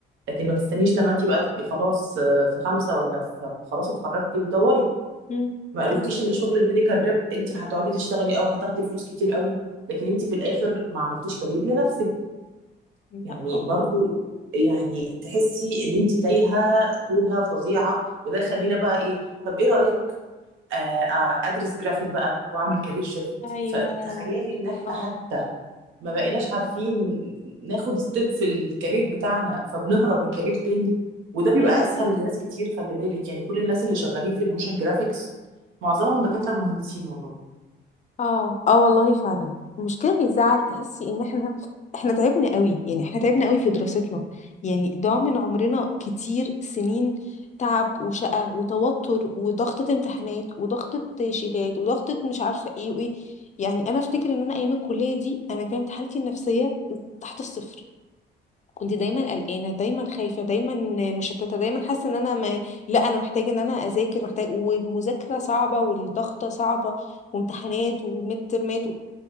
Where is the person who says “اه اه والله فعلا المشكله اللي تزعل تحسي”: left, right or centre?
Left